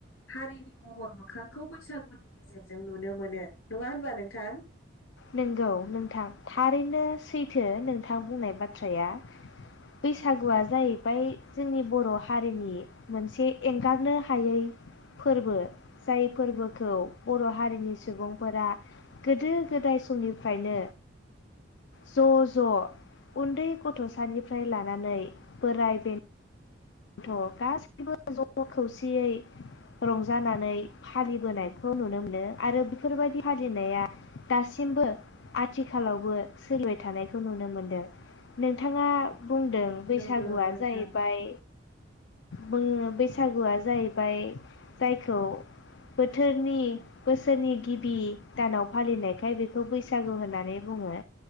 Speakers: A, on the left (about 85°); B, on the left (about 65°).
A: हारिनि महर मोखांखौ बैसागुनि गेजेरजों नुनो मोनो नङा होनबा नोंथां।
B: नंगौ नोंथां थारैनो सैथो नोंथां बुंनाय बाथ्राया बैसागुआ जाहैबाय जोंनि बर' हारिनि मोनसे एंगारनो हायै फोरबो जाय फोरबोखौ बर' हारिनि सुबुंफोरा गोदो गोदाय समनिफ्रायनो ज' ज' उन्दै गथ'सानिफ्राय लानानै बोराय बेन थ' गासैबो ज' खौसेयै रंजानानै फालिबोनायखौ नुनो मोनदों आरो बेफोरबायदि फालिनाया दासिमबो आथिखालावबो सोलिबाय थानायखौ नुनो मोनदों नोंथाङा बुंदों बैसागुआ
A: नंगौ नोंथां।
B: जाहैबाय बुङो बैसागुआ जाहैबाय जायखौ बोथोरनि बोसोरनि गिबि दानाव फालिनायखाय बेखौ बैसागु होननानै बुङो